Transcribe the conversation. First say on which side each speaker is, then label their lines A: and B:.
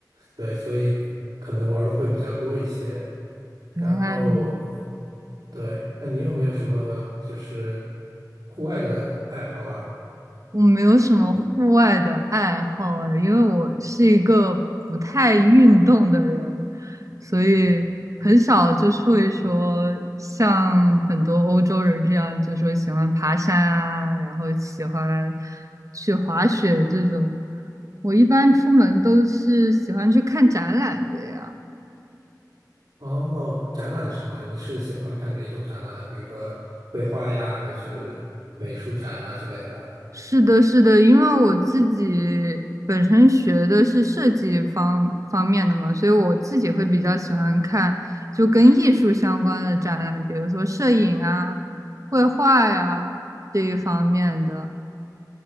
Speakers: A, on the right; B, on the right.
A: 对，所以可能玩的会比较多一些。然后
B: 原来如此。
A: 对，那你有没有什么就是户外的爱好啊？
B: 我没有什么户外的爱好啊，因为我是一个不太运动的人，所以很少就是会说像很多欧洲人这样，就说喜欢爬山啊，然后喜欢去滑雪这种。我一般出门都是喜欢去看展览的呀。
A: 哦，展览是吗？你是喜欢看哪一种展览啊？比如说绘画呀，还是美术展啊之类的啊？
B: 是的，是的，因为我自己本身学的是设计方方面的嘛，所以我自己会比较喜欢看就跟艺术相关的展览，比如说摄影啊、绘画呀、这一方面的。